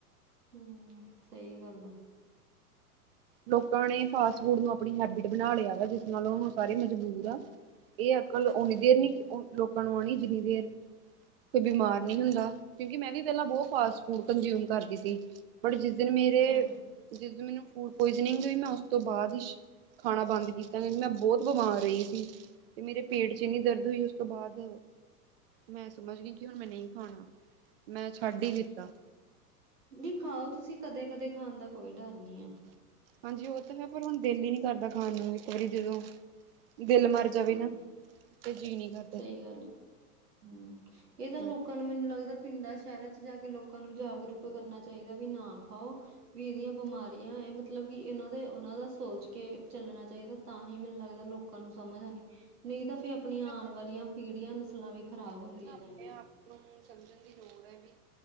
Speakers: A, on the right; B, on the right.
A: ਹੂੰ, ਸਹੀ ਗੱਲ ਆ।
B: ਲੋਕਾਂ ਨੇ ਫਾਸਟ ਫੂਡ ਨੂੰ ਆਪਣੀ ਹੈਬਿਟ ਬਣਾ ਲਿਆ ਵਾ ਜਿਸ ਨਾਲ ਹੁਣ ਉਹ ਸਾਰੇ ਮਜਬੂਰ ਆ। ਇਹ ਅਕਲ ਓਣੀ ਦੇਰ
A: ਹਮ
B: ਨੀ ਲੋਕਾਂ ਨੂੰ ਆਉਣੀ ਜ਼ਰੂਰੀ ਫੇਰ ਬਿਮਾਰ ਨਹੀਂ ਹੁੰਦਾ ਕਿਉਂਕਿ ਮੈਂ ਵੀ ਪਹਿਲਾਂ ਬਹੁਤ, ਫਾਸਟ ਫੂਡ ਕੰਸੀਊਮ ਕਰਦੀ ਸੀ ਬਟ ਜਿਸ ਦਿਨ ਮੇਰੇ
A: ਅੱਛਾ
B: ਜਿਸ ਦਿਨ ਮੈਨੂੰ, ਪੋਇਜ਼ਨਿੰਗ ਹੋਈ ਮੈਂ ਉਸ ਤੋਂ ਬਾਅਦ ਹੀ ਖਾਣਾ ਬੰਦ ਕੀਤਾ ਮੈਂ ਬਹੁਤ ਬੀਮਾਰ ਰਹੀ ਸੀ ਤੇ ਮੇਰੇ ਪੇਟ ਚ ਇੰਨੀ ਦਰਦ ਹੋਈ ਉਸ ਤੋਂ ਬਾਅਦ, ਮੈਂ ਸਮਝ ਗਈ ਕਿ ਹੁਣ ਮੈਂ ਨਹੀਂ ਖਾਣਾ ਮੈਂ ਛੱਡ
A: ਹਮ
B: ਹੀ ਦਿੱਤਾ।
A: ਨਹੀਂ ਖਾਓ ਤੁਸੀਂ ਕਦੇ ਕਦੇ ਖਾਣ ਦਾ ਕੋਈ ਡਰ ਨਹੀਂ ਏ।
B: ਹਾਂਜੀ, ਉਹ ਤਾਂ ਹੈ ਪਰ ਹੁਣ ਦਿਲ ਹੀ ਨਹੀਂ ਕਰਦਾ ਖਾਣ ਨੂੰ ਇੱਕ ਵਾਰੀ ਜਦੋਂ ਦਿਲ ਮਰ
A: ਹਾਂ
B: ਜਾਵੇ ਨਾ, ਤੇ ਜੀ ਨੀ ਕਰ
A: ਸਹੀ ਗੱਲ ਆ, ਹੂੰ, ਇਹ ਤਾਂ
B: ਹਾਂ
A: ਲੋਕ ਸਾਨੂੰ ਮੈਨੂੰ ਲੱਗਦਾ ਪਿੰਡਾਂ ਸ਼ਹਿਰਾਂ ਚ ਜਾ ਕੇ ਲੋਕਾਂ ਨੂੰ ਜਾਗਰੂਕ ਕਰਨਾ ਚਾਹੀਦਾ ਵੀ ਨਾ ਖਾਓ ਵੀ ਇਹਦੀਆ ਬਿਮਾਰੀਆਂ ਮਤਲਬ ਕਿ ਇਹਨਾਂ ਦੇ ਉਹਨਾਂ ਦਾ ਸੋਚ ਕੇ ਚੱਲਣਾ ਚਾਹੀਦਾ ਤਾਂ ਹੀ ਮੈਨੂੰ ਲੱਗਦਾ ਲੋਕ, ਲੋਕਾਂ ਨੂੰ ਸਮਝ ਆਉਣੀ ਨਹੀਂ ਤਾਂ ਫੇਰ ਆਪਣੀਆਂ
B: ਇਹ ਤਾਂ
A: ਆਉਣ
B: ਹੈ,
A: ਵਾਲੀਆਂ ਪੀੜੀਆਂ ਨਸਲਾਂ ਵੀ ਖ਼ਰਾਬ
B: ਸਭ
A: ਹੁੰਦੀਆਂ
B: ਤੋਂ ਪਹਿਲਾਂ ਆਪਣੇ
A: ਜਾਣੀਆ।
B: ਆਪ ਨੂੰ ਸਮਝਣ ਦੀ ਲੋੜ ਹੈ ਵੀ